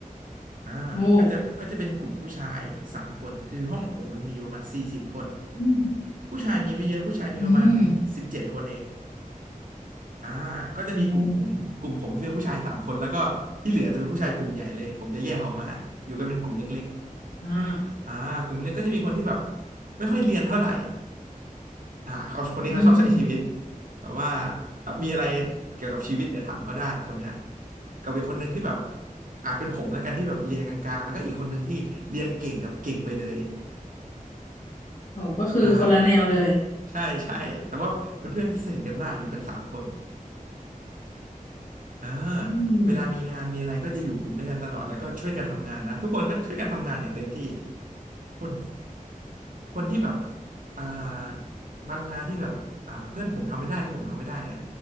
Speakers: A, on the right; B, on the left.
A: อ่าก็จะก็จะเป็นกลุ่มผู้ชายสามคนคือห้องผมมันมีอยู่ประมาณสี่สิบคน
B: โอ้อืม
A: ผู้ชายมีไม่เยอะผู้ชายมีประมาณสิบเจ็ดคนเอง
B: อืม
A: อ่าก็จะมีกลุ่มผมกลุ่มผมที่เป็นผู้ชายสามคนแล้วก็ที่เหลือจะเป็นผู้ชายกลุ่มใหญ่เลยผมจะแยกออกมาอยู่กันเป็นกลุ่มเล็ก
B: อืมอ่า
A: ๆอ่ากลุ่มเล็กก็จะมีคนที่แบบไม่ค่อยเรียนเท่าไหร่ อ่าเขาคนนี้เขาชอบใช้ชีวิต
B: อืม
A: แบบว่าอ่ะมีอะไรเกี่ยวกับชีวิตเดี๋ยวถามเขาได้คนเนี้ยกับอีกคนหนึ่งที่แบบอาจเป็นผมแล้วกันที่แบบเรียนกลางๆแล้วก็อีกคนหนึ่งที่เรียนเก่งแบบเก่งไปเลย
B: โหก็คือคนละแนวเลย
A: อ่าใช่ใช่แต่ว่าเป็นเพื่อนที่สนิทกันมากอยู่กันสามคนอ่า
B: อืม
A: เวลามีงานมีอะไรก็จะอยู่กลุ่มด้วยกันตลอดแล้วก็ช่วยกันทำงานนะทุกคนก็ช่วยกันทำงานอย่างเต็มที่คน คนที่แบบอ่าบางงานที่แบบอ่าเพื่อนผมทำไม่ได้หรือผมทำไม่ได้เนี่ย